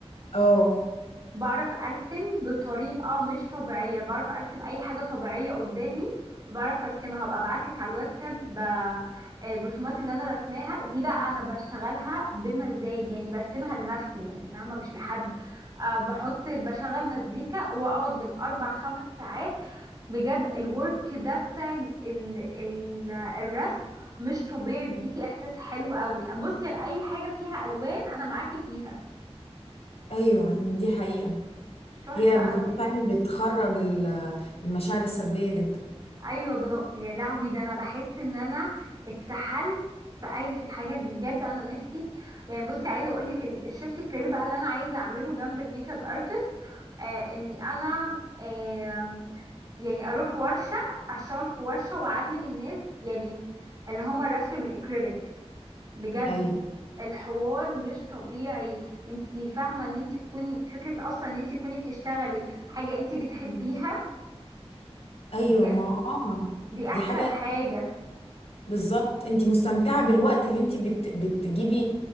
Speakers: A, on the left; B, on the right.
A: اه
B: بعرف ارسم بطريقه مش طبيعيه بعرف ارسم اي حاجه طبيعيه قدامي وبعرف ارسمها هبقى ابعتلك على الواتساب ب- آه، الرسومات اللي انا رسماها دي بقى انا بشتغلها بمزاج يعني برسمها لنفسي يعني فاهمه مش لحد أه بحط بشغل مزيكا واقعد بالاربع خمس ساعات بجد الورك ده بتاع ال ال ال الرسم مش طبيعي بيديكي احساس حلو قوي بصي يا اي حاجه فيها الوان انا معاكي فيها
A: ايوه دي حقيقه
B: تحفه
A: هي ب-
B: قوي
A: فعلا بتخرج ال- المشاعر السلبيه جدا
B: ايوه بض... يا لهوي ده انا بحس ان انا اتسحلت في اي في الحاجات دي بجد انا نفسي يعني بصي عايزه اقول لك الشيفت الكارير بقى اللي انا عايزه اعمله جنب الميك اب ارتست آه اني انا آه يعني اروح ورشه اشتغل في ورشه واعلم الناس يعني اللي هما الرسم بالاكريليك بجد
A: ايوه
B: الحوار مش طبيعي انتي فاهمه ان انتي تكوني فكره اصلا ان انتي تكوني بتشتغلي حاجه انتي بتحبيها
A: ايوه
B: دي,
A: ما اه
B: دي احسن
A: دي حاجه
B: حاجه
A: بالظبط انت مستمتعه بالوقت اللي انت بت... بتجيبي